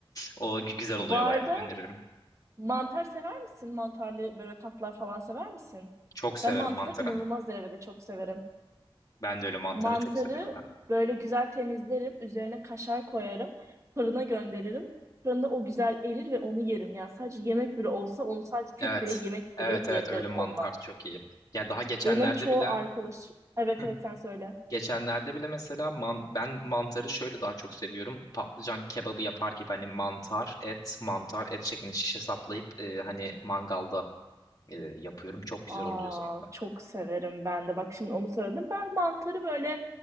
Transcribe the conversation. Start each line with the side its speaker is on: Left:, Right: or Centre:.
Left: o güzel
Right: Bu
Left: oluyor
Right: arada
Left: bayağı öneririm.
Right: mantar sever misin? Mantarlı böyle tatlar falan sever misin?
Left: Çok severim
Right: Ben mantar
Left: mantarı.
Right: inanılmaz derecede çok severim.
Left: Ben de öyle mantarı
Right: Mantarı
Left: çok severim
Right: böyle güzel temizlerim. Üzerine kaşar koyarım. Fırına gönderirim. Fırında o güzel erir ve onu yerim. Yani sadece yemek bile olsa onu sadece tek
Left: Evet.
Right: bile yemek
Left: Evet
Right: bile yiyebilirim
Left: evet ölü mantar
Right: onunla.
Left: çok iyi. Ya daha geçenlerde
Right: Benim çoğu
Left: bile
Right: arkadaş... Evet
Left: Hı.
Right: evet sen söyle.
Left: geçenlerde bile mesela man, ben mantarı şöyle daha çok seviyorum. Patlıcan kebabı yapar gibi hani mantar, et, mantar, et şeklinde şişe saplayıp e, hani mangalda e, yapıyorum. Çok güzel
Right: Aa,
Left: oluyor o zaman da.
Right: çok severim ben de. Bak şimdi onu söyledim. Ben mantarı böyle